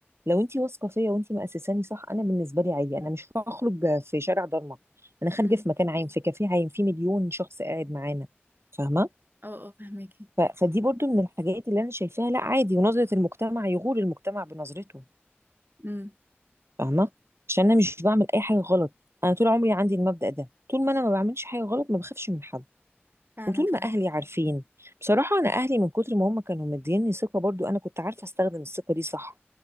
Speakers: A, on the right; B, on the right.
A: لو انتي واثقة فيا وانتي مأسساني صح انا بالنسبة لي عادي انا مش هخرج في شارع ضلمة انا خارجة
B: امم
A: في مكان عام في كافيه عام في مليون شخص قاعد معانا فاهمة
B: اه اه فهماكي
A: ف- فدي برضو من الحاجات اللي انا شايفاها لا عادي ونظرة المجتمع يغور المجتمع بنظرته
B: امم
A: فاهمه عشان انا مش بعمل اي حاجه غلط انا طول عمري عندي المبدأ ده طول ما انا ما بعملش حاجه غلط ما بخافش من حد
B: فعلا
A: وطول
B: فعلا
A: ما اهلي عارفين بصراحه انا اهلي من كتر ما هم كانوا مديني ثقه برضو انا كنت عارفه استخدم الثقه دي صح